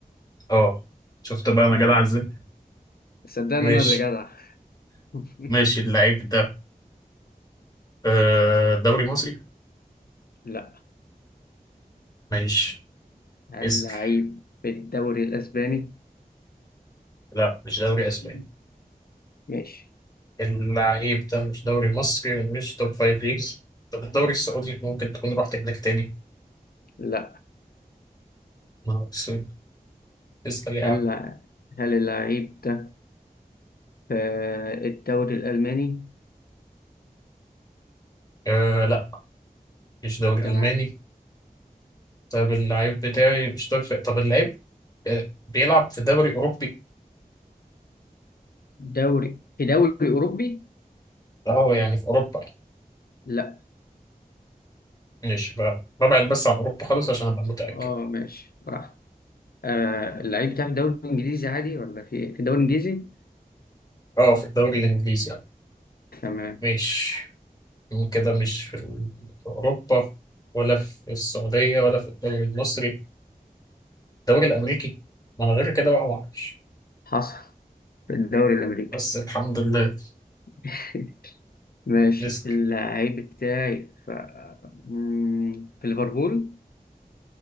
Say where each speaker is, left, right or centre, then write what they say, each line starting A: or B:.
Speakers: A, on the left; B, on the left.
A: اه شفت بقى أنا
B: مم.
A: جدع إزاي
B: صدقني
A: ماشي
B: أنا اللي جدع <laughs>
A: ماشي اللعيب ده آه، دوري مصري
B: لا
A: ماشي
B: هل
A: اسباني
B: اللعيب في الدوري الأسباني؟
A: لا مش دوري اسباني
B: ماشي
A: اللعيب ده مش دوري مصري مش توب فايف ليجز طب الدوري السعودي ممكن تكون رحت هناك تاني
B: لا
A: ما هو السعودي اسأل يا
B: هل
A: عم
B: هل اللعيب ده في الدوري الألماني؟
A: آه لا مش دوري
B: تمام
A: ألماني طب اللعيب بتاعي مش توب فايف طب اللعيب آه، بيلعب في دوري أوروبي
B: دوري في دوري أوروبي؟
A: اه يعني في أوروبا يعني
B: لا
A: ماشي بقى ببعد بس عن أوروبا خالص عشان أبقى متأكد
B: اه ماشي براحتك آه اللعيب بتاعي في الدوري الإنجليزي عادي ولا في في الدوري الإنجليزي؟
A: اه في الدوري الإنجليزي يعني
B: تمام
A: مش كده مش في, ال- في أوروبا ولا في السعودية ولا في الدوري المصري الدوري الامريكي ما انا غير كده بقى ما اعرفش
B: حصل في الدوري الأمريكي
A: بس الحمد لله
B: <laughs> ماشي
A: لسه
B: اللعيب بتاعي في مم، في ليفربول